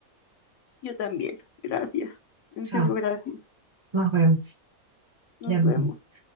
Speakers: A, on the left; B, on the right.
A: Yo también. Gracias. En
B: Chao.
A: serio, gracias.
B: Nos vemos.
A: Nos
B: Ya nos
A: vemos.
B: vemos.